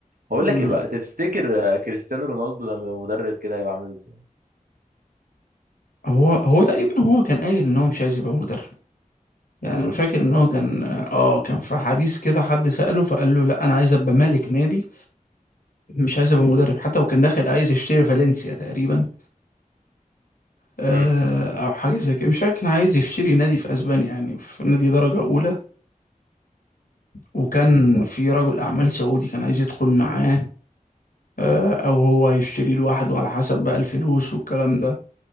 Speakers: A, on the right (about 80°); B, on the left (about 80°).
A: هقول
B: مم.
A: لك إيه بقى تفتكر آه، كريستيانو رونالدو لما يبقى مدرب كده هيبقى عامل إزاي
B: هو هو تقريبا هو كان قايل ان هو مش عايز يبقى مدرب يعني انا فاكر ان
A: أصلا؟
B: هو كان اه كان في حديث كده حد سأله فقال له لا انا عايز ابقى مالك نادي مش عايز ابقى مدرب حتى هو كان داخل عايز يشتري فالنسيا تقريبا آه
A: امم
B: او حاجه زي كده مش فاكر كان عايز يشتري نادي في اسبانيا يعني في نادي درجه اولى وكان في رجل اعمال سعودي كان عايز يدخل معاه آه او هو هيشتري لوحده على حسب بقى الفلوس والكلام ده